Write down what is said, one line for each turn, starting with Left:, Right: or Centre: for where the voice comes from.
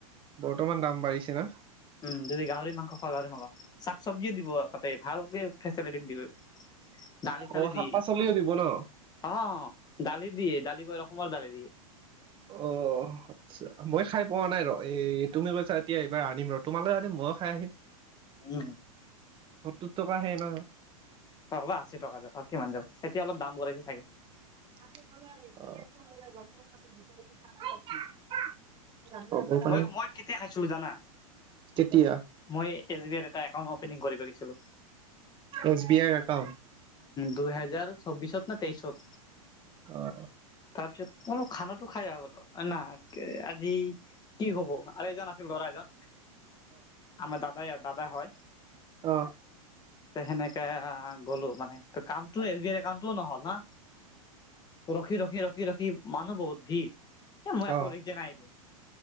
Right: বৰ্তমান দাম বাঢ়িছে না
Left: উম যদি গাহৰি মাংস খ গাহৰি মাংস শাক চব্জিও দিব তাতে ভালকে ফেচিলিটি দিব দালি চালি
Right: অ শাক
Left: দিয়ে
Right: পাচলিও দিব ন
Left: অ দালি দিয়ে দালি কৰি ৰখ সমৰ দালে দিয়।
Right: অ আচ্ছা মই খাই পোৱা নাই ৰ এই তুমি কৈছা এতিয়া এইবাৰ আনিম ৰ তোমালৈ আনিম বয় খাই আহিল।
Left: উম।
Right: সতটোত টকাহে ন
Left: অ বা আশী টকা যাব আৰু কিমান যাব এতিয়া অলপ দাম বঢ়াই ছাগে।
Right: <inaudible> পাৰে
Left: মই মই কেতিয়া খাইছিলো জানা।
Right: কেতিয়া?
Left: মই এছ বি আই এটা একাউন্ট অপেনিং কৰি গৈছিলো।
Right: এছ বি আইৰ একাউণ্ট
Left: দুইহেজাৰ চৌবিশত নে তেইশত
Right: অ'।
Left: তাৰপিছত অলপ খান খাই গ'ল ন আজি। কি হ'ব আৰু এজন আছিল ল'ৰা এজন আমাৰ দাদাই দাদা হয়।
Right: আহ
Left: তে সেনেকে আহ গলো মানে কামটো এ কামটোও নহ'ল না ৰখি ৰখি ৰখি ৰখি মানুহ বহুত ভিৰ এ মই আকৌ
Right: অ',
Left: এৰিতিয়া নাহিলো।